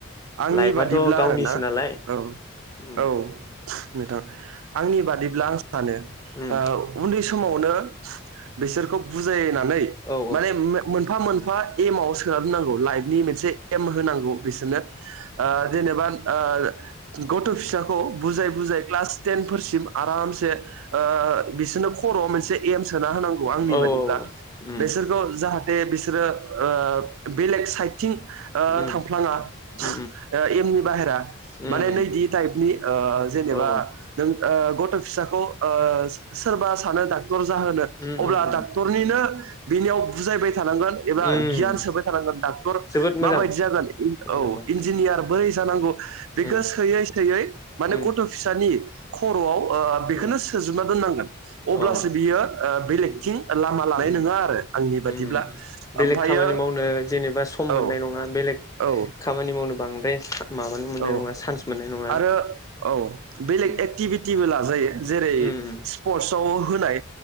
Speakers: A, on the right; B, on the left.
A: आंनि
B: लाइफआथ'
A: बादिब्ला
B: गावनिसो
A: आरोना
B: नालाय
A: औ-औ
B: उम
A: नोंथां आंनि बादिब्ला आं सानो
B: उम
A: उन्दै समावनो बिसोरखौ बुजायनानै
B: औ
A: माने मोनफा मोनफा एमाव सोना दोननांगौ लाइफनि मोनसे एम होनांगौ बिसोरनो ओ जेनेबा ओ गथ' फिसाखौ बुजाय बुजाय क्लास टेन फोरसिम आरामसे ओ बिसोरनो खर'आव मोनसे एम सोना होनांगौ आंनि
B: औ
A: बादिब्ला
B: उम
A: बिसोरखौ जाहा- ते बिसोरो ओ बेलेग साइडथिं ओ
B: उम
A: थांफ्लाङा ओ
B: उम औ उम
A: एमनि बाहेरा
B: उम
A: माने
B: उम
A: नैदि टाइपनि ओ जेनेबा
B: औ
A: नों ओ गथ' फिसाखौ ओ सोरबा सानो दा- क्टर जाहोनो
B: उम
A: अब्ला
B: उम उम
A: डक्टरनिनो बेलायाव बुजायबाय थानांगोन एबा
B: उम
A: गियान सोबाय थांगोन डक्टर
B: जोबोद मोजां
A: माबायदि जागोन।
B: होनदों
A: औ
B: बाथ्राखौ
A: इन्जिनियार बोरै जानांगौ बेखौ
B: उम
A: सोयै सोयै माने
B: उम
A: गथ' फिसानि खर'आव ओ बेखौनो
B: उम
A: सोजोबना दोननांगोन
B: अ
A: अब्लासो बियो बेलेगथिं
B: उम
A: लामा लानाय
B: उम
A: नङा आरो। आंनि बादिब्ला
B: उम बेलेग
A: ओमफ्रायो
B: खामानि मावनो जेनेबा सम मोननाय
A: औ
B: नङा बेलेग
A: औ
B: खामानि मावनो बांद्राय माबानो मोननाय
A: औ
B: नङा चान्स मोननाय नङा।
A: आरो औ बेलेग
B: उम
A: एक्टिभिटिबो लाजायो जेरै
B: उम
A: स्पर्टसआव होनाय